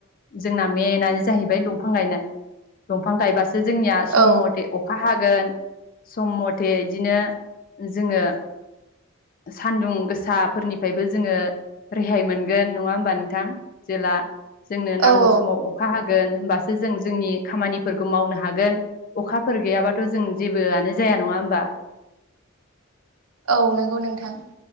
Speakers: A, on the left; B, on the right.
A: जोंना मेनानो जाहैबाय दंफां गायनाय दंफां गायबासो जोंनिया सम
B: औ
A: मथे अखा हाग ोन समथ जाथे बिदिनो जोङो सान्दुं गोसाफोरनिफ्रायबो जोङो रेहाय मोनगोन नङा होमबा नोंथां जेला जोंनो नांगौ
B: औ।
A: समाव अखा हाग होमबासो जों जोंनि खामानिफोरखौ मावनो हागोन अखाफोर गैयाबाथ' जों जेबोआनो जाया नङा बा
B: औ नंगौ नोंथां